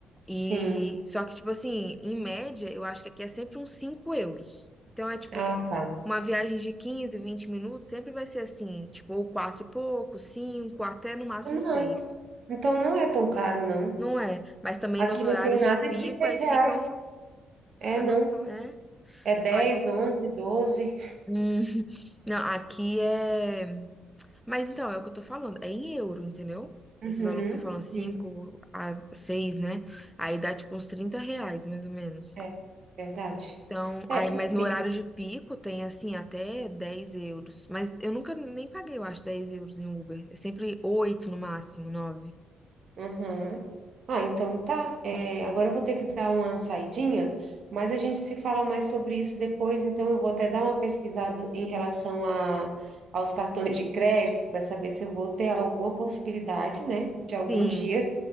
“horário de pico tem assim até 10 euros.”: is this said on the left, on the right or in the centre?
Centre